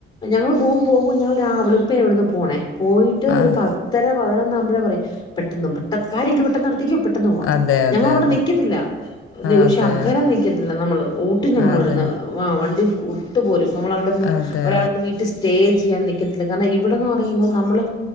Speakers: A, on the left; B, on the left.
A: ഞങ്ങൾ പോകും പോകുമ്പോ ഞങ്ങൾ രാ വെള്പ്പിനേ ഇവിടെന്ന് പോണേ പോയിട്ട്
B: ആഹ്
A: ഒരു പത്തെര പതിനൊന്നാവുമ്പഴേ പറയും പെട്ടെന്ന് പെട്ട കാര്യം ൻക്ക് പെട്ടെന്നാ ത്ത്ക്ക് പെട്ടെന്ന് പോവാ
B: അതെ അതെ
A: ഞങ്ങവ്ടെ
B: അതെ
A: നി ക്കത്തില്ലാ
B: അതെ
A: ഒരു ശകലം നിയ്ക്കത്തില്ലാ നമ്മള് ഓട്ടും ഞങ്ങളവിട്ന്ന്
B: അതെ
A: വാ വണ്ടി ഓ ട്ടു പോരും നമ്മളവിടുന്ന്
B: അതെ
A: ഒരാള്ടെ വീട്ടി സ്റ്റേ ചെയ്യാൻ നിക്ക ല്ല കാര്ണം ഇവിടെന്ന് പറയുമ്പം നമ്മള്